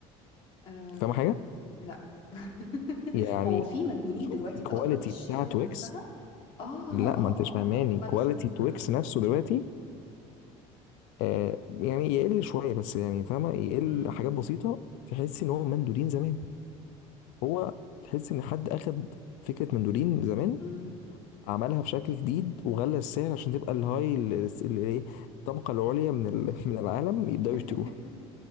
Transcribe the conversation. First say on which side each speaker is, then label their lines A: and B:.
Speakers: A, on the left; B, on the left.
A: آه
B: فاهم حاجه
A: لا <laughs>
B: يعني
A: هو في مندولين
B: شفت
A: دلوقتي
B: الكواليتي
A: انت قصدك الشركة
B: بتاع تويكس
A: نفسها اه
B: لا
A: اه اه
B: ما انتش فاهماني
A: اه الكواليتي
B: كواليتي
A: نفسها
B: تويكس نفسه دلوقتي آه يعني يقل شويه بس يعني فاهمه يقل
A: امم
B: حاجات بسيطه تحس ان هو مندولين زمان هو تحس ان حد اخد فكره مندولين زمان
A: امم
B: عملها بشكل جديد وغلى السعر عشان تبقى الهاي ال- ال- ال- ايه الطبقه العليا من ال- <laughs> من العالم يبداوا
A: <laughs>
B: يشتروها